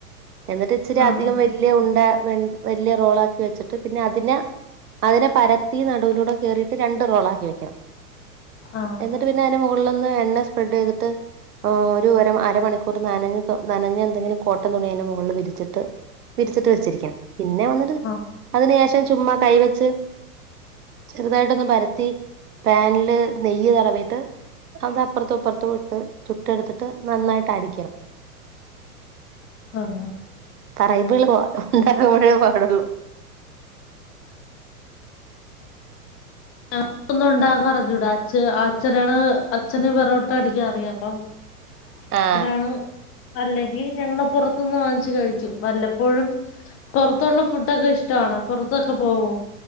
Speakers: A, on the right; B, on the left.
A: എന്നിട്ട് ഇച്ചിരി
B: ആഹ്
A: അധികം വല്യ ഉണ്ട വെ വെല്ല്യ റോളാക്കി വെച്ചിട് ട്ട് പിന്നെ അതിനെ അതിനെ പരത്തി നടുവിലൂടെ കേറിട്ട് രണ്ട് റോളാക്കി വെക്കാം
B: ആഹ്
A: എന്നിട്ട് പിന്നെ അന് മുകളിലൊന്ന് എണ്ണ സ്പ്രെഡെയ്ത്ട്ട് ഓരു ഒര അരമണിക്കൂർ നനഞ് തൊ നനഞ്ഞെന്തെങ്കിലും കോട്ടം തുണി അയ്ന്റെ മൊകളില് വിരിച്ചിട്ട് വിരിച്ചിട്ട് വെച്ചിരിക്കണം. പിന്നെ വന്നിട്ട്
B: ആഹ്
A: അതിന് ശേഷം ചുമ്മാ കൈ വെച്ച് ചെറുതായിട്ടൊന്ന് പരത്തി പാനില് നെയ്യ് തടവിട്ട് അത് അപ്പർത്തും ഇപ്പർത്തും ഇട്ട് ചുട്ടെടുതിട്ട് നന്നായിട്ടടിക്കാം
B: ആഹ് ആഹ്
A: പറയിമ്പ <unintelligible>
B: ഞങ്ങക്ക് ഒന്നും ഉണ്ടാകാൻ അറിഞ്ഞൂടാ അച്ഛ അച്ഛനാണ് അച്ഛന് പെറോട്ട അടിക്കാൻ അറിയാം അപ്പം- എത്രാണ്
A: ആ
B: അല്ലേ ഞങ്ങള് പുറത്തൊന്ന് വാങ്ങിച്ചു കഴിക്കും വല്ലപ്പോഴും പൊറത്തുള്ള ഫുഡൊക്കെ ഇഷ്ടമാണ് പുറത്തൊക്കെ പോകോ